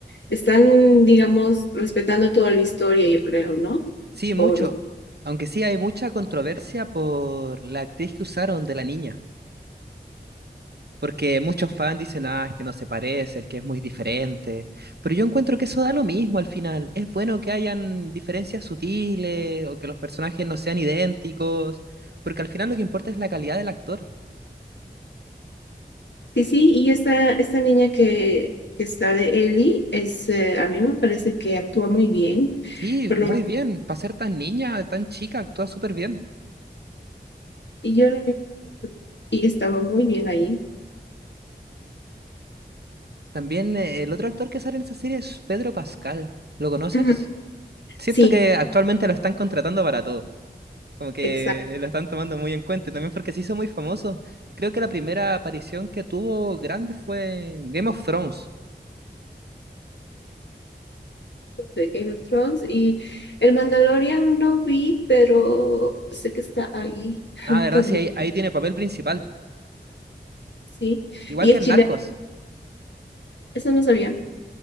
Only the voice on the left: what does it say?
Están, digamos, respetando toda la historia, yo creo, ¿no?
Por...
Sí, sí, y esta, esta niña que, que está de Ellie, es, eh, a mí me parece que actúa muy bien.
Por
lo
Y yo la vi y estaba muy bien ahí.
Ujú.
Sí,
Exacto,
de Game of Thrones. Y el Mandalorian no vi, pero sé que está ahí <laughs>
también,
sí.
Y
es
chileno,
eso no sabía.